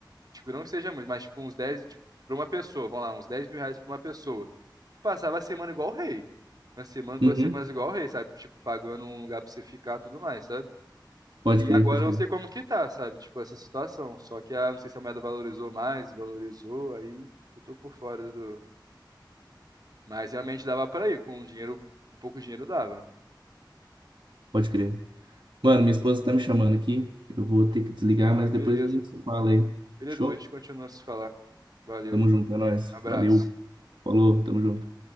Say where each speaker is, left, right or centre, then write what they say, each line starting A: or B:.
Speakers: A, on the right; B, on the right.
A: tipo, não que seja muito, mas tipo uns dez tipo, pra uma pessoa, vamos lá, uns 10 mil reais pra uma pessoa. Você passava a semana igual o rei. Uma semana, duas
B: Uhum.
A: semanas igual o rei, sabe? Tipo, pagando um lugar pra você ficar e tudo mais, sabe?
B: Pode
A: E
B: crer,
A: agora
B: pode
A: eu
B: crer,
A: não sei como que tá, sabe? Tipo, essa situação. Só que, ah, não sei se a moeda valorizou mais, valorizou, aí eu tô por fora do... Mas realmente dava pra ir, com o dinheiro, um pouco de dinheiro dava.
B: pode crer. Mano, minha esposa tá me chamando aqui. Eu vou ter que desligar,
A: Ah,
B: mas
A: beleza.
B: depois a gente se fala aí.
A: Beleza,
B: Show?
A: depois a gente continua a se falar. Valeu,
B: Tamo junto, é nóis.
A: abraço.
B: Valeu. Falou, tamo junto.